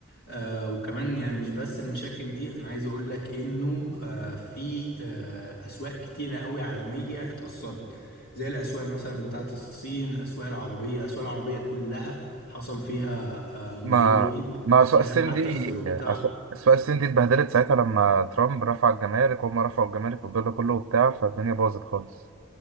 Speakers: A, on the left; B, on the right.
A: آه وكمان يعني مش بس المشاكل دي انا عايز اقول لك انه آه في آه اسواق كتيره قوي عالميه اتاثرت زي الاسواق مثلا بتاعه الصين اسواق العربيه الاسواق العربيه كلها حصل فيها آه نزول
B: ما
A: رهيب
B: ما اسواق
A: يعني
B: الصين
A: حتى
B: دي
A: السوق
B: أسواق
A: بتاع
B: أسواق الصين دي اتبهدلت ساعتها لما ترامب رفع الجمارك وهم رفعوا الجمارك والجو ده كله وبتاع فالدنيا باظت خالص